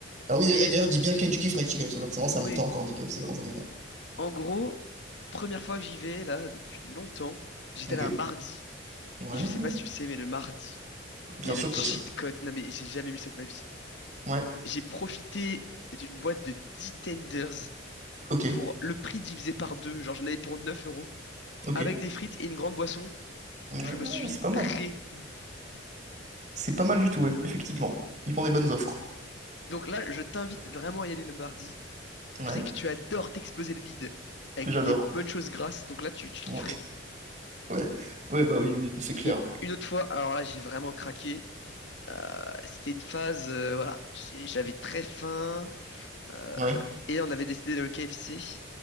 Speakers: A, on the right (about 35°); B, on the left (about 65°).
A: Ah oui,
B: Et
A: et d'ailleurs, dis bien Kentucky Fried Chicken, parce que vraiment, ça
B: Oui.
A: me tend quand on dit KFC, vraiment, ça m'énerve.
B: en gros, première fois que j'y vais, là, depuis longtemps, j'étais
A: Ok.
B: là un mardi,
A: Ouais,
B: et je sais pas si tu le sais, mais le mardi,
A: bien
B: il y a
A: sûr
B: le cheat
A: que je le sais.
B: code. Non mais j'ai jamais vu ça de ma vie.
A: Ouais,
B: J'ai profité d'une boîte de 10 tenders
A: ok,
B: pour le prix divisé par deux. Genre j'en avais pour neuf euros.
A: ok.
B: avec des frites et une grande boisson.
A: Ouais,
B: Je me suis
A: c'est pas mal.
B: régalé.
A: C'est pas mal du tout, ouais, effectivement. Ils font des bonnes offres.
B: Et donc là, je t'invite vraiment à y aller le mardi.
A: Ouais,
B: Je sais que tu adores t'exploser le bide avec
A: j'adore.
B: des bonnes choses grasses, donc là, tu, tu
A: Ouais,
B: kifferais.
A: <laughs> ouais, Ouais, bah oui, oui, c'est clair.
B: Et une autre fois, alors là, j'ai vraiment craqué. Euh, c'était une phase, euh, voilà, j'ai- j'avais très faim euh,
A: Ouais.
B: et on avait décidé d'aller au KFC.